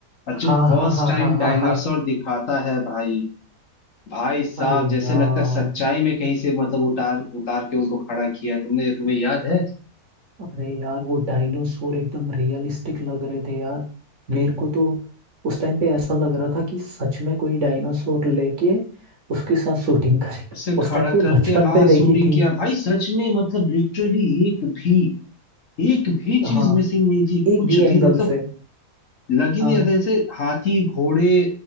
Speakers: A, on the left (about 55°); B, on the right (about 55°).
A: और
B: हाँ
A: जो फर्स्ट
B: हाँ हाँ
A: टाइम
B: हाँ हाँ
A: डायनासोर
B: हाँ हाँ,
A: दिखाता है भाई भाई साहब
B: अरे
A: जैसे
B: यार
A: लगता है सच्चाई में कहीं से मतलब उतार उतार के उनको खड़ा किया है तुमने तुम्हें याद है
B: अरे यार वो डायनासोर एकदम रियलिस्टिक लग रहे थे यार मेरे को तो उस टाइम पे ऐसा लग रहा था कि सच में कोई डायनासोर लेके उसके साथ शूटिंग करे
A: उसे
B: उस
A: खड़ा
B: टाइम पे
A: करके
B: बचपन
A: हाँ
B: पे देखी
A: शूटिंग
B: थी
A: किया भाई सच में मतलब लिटरली एक भी एक भी चीज
B: हाँ
A: मिसिंग नहीं थी
B: एक
A: कुछ
B: भी एंगल
A: भी मतलब
B: से
A: लग ही
B: हाँ
A: नहीं रहा था जैसे हाथी घोड़े